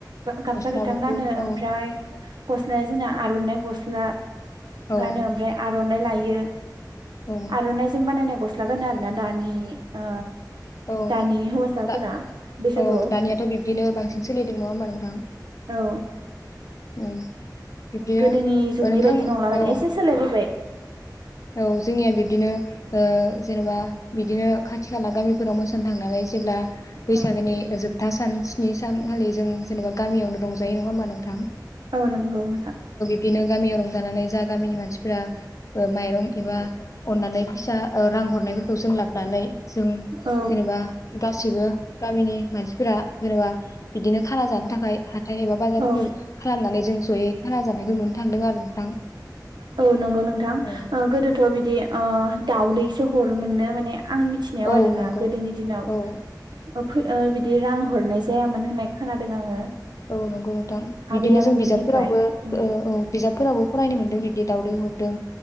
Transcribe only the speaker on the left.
गस्ला
गुफुर
औ
औ
औ
औ
दा
औ दानियाथ बिब्दिनो बांसिन सोलिदों नंङा होमबा नोंथां
उम बिब्दिनो
नोंथां
औ
औ जोंनिया बिब्दिनो ओ जेनेबा बिदिनो खाथि खाला गामिफोराव मोसानो थांनानै जेब्ला बैसागोनि
जोबथा सान स्नि सानखालि जों जेनेबा गामियावनो रंजायो नंङा होमबा नोंथां
बिदिनो गामियाव रंजानानै जा गामिनि मानसिफोरा <unintelligible> एबा अननानै फैसा ओ रां हरनायफोरखौ जों लाबनानै जों
जेनेबा गासिबो गामिनि मानसिफोरा जेनबा बिदिनो खाना जानो थाखाय हा हाथाय एबा बाजारफोर
खालामनानै जों जयै खाना जानायखौ नुनो थांदों आरो नोंथां।
औ
औ
नंगौ
औ
औ नंगौ नोंथां बिदिनो
जों बिजाबफोरावबो ओ
औ बिजाब फोरावबो फरायनो मोन्दों बिदि दावदै हरदों